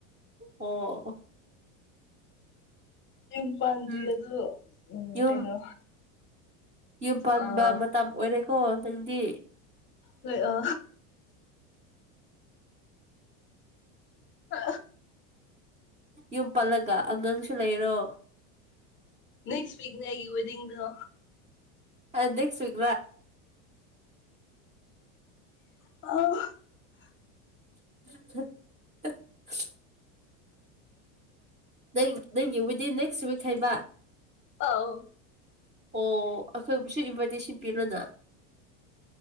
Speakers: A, on the right (about 20°); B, on the left (about 30°).
A: ꯑꯣ
B: ꯌꯨꯝ ꯄꯥꯟꯗ꯭ꯔꯤ
A: ꯎꯝ
B: ꯑꯗꯨ ꯎꯝ
A: ꯌꯨꯝ
B: ꯀꯩꯅꯣ
A: ꯌꯨꯝ ꯄꯥꯟꯕ
B: ꯑꯥ
A: ꯃꯇꯝ ꯑꯣꯏꯔꯦꯀꯣ ꯅꯪꯗꯤ
B: ꯂꯣꯏ ꯑ ꯑ
A: ꯌꯨꯝ ꯄꯜꯂꯒ ꯑꯉꯥꯡꯁꯨ ꯂꯩꯔꯣ
B: ꯅꯦꯛꯁꯤꯛ ꯅ ꯑꯩꯒꯤ ꯦꯗꯤꯗ
A: ꯑ ꯅꯦꯛꯁꯤꯛ
B: ꯑ
A: <inaudible> ꯅꯪ ꯅꯪꯒꯤ ꯤꯗ ꯏꯤꯟ ꯅꯦꯛꯁ ꯤꯛ ꯍꯥꯏꯩꯕ
B: ꯑꯥꯎ
A: ꯑꯣ ꯑꯩꯈꯣꯏꯕꯨꯁꯨ ꯏꯟꯚꯥꯏꯇꯦꯁꯟ ꯄꯤꯔꯣꯅ